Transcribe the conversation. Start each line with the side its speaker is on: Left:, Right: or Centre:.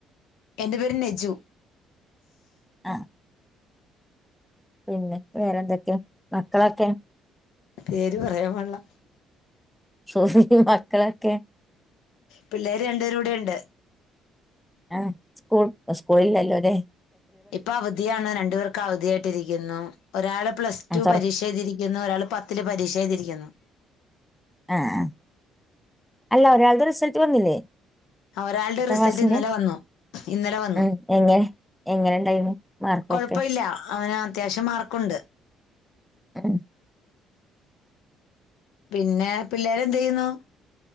Left: എന്റെ പേര് നെജു.
Centre: ആഹ് പിന്നെ വേറെന്തെക്കെയാ മക്കളൊക്കെ
Left: പേര് പറയാൻ പാടെളാ.
Centre: ശോ മക്കളൊക്കെ.
Left: പിള്ളാര് രണ്ടുപേരും ഇവെടൊണ്ട്.
Centre: ആഹ് സ്കൂ സ്കൂളിലല്ലതേ.
Left: ഇപ്പ അവധിയാണ് രണ്ടു പേർക്ക് അവധിയായിട്ടിരിക്കുന്നു ഒരാള് പ്ലസ്
Centre: ആ
Left: ടു
Centre: തൊറ
Left: പരീക്ഷയെഴുതിരിക്കുന്നു. ഇന്ന് ഒരാള് പത്തില് പരീക്ഷയെഴുതിരിക്കുന്നു.
Centre: ആഹ് ആഹ് അല്ല ഒരാൾടെ റിസൽറ്റ് വന്നില്ലേ
Left: ഒരാൾടെ
Centre: പത്താം
Left: റിസൽറ്റ്
Centre: ക്ലാസ്സിന്റെ
Left: ഇന്നലെ വന്നു. ഇന്നലെ വന്നു
Centre: ഉം എങ്ങനെ എങ്ങനെ ഇണ്ടായിരുന്നു മാർക്കൊക്കെ
Left: കൊഴപ്പമില്ല അവന ത്യാവശ്യം മാർക്കുണ്ട്.
Centre: <unintelligible>
Left: പിന്നെ പിള്ളേരെന്ത് ചെയ്യുന്നു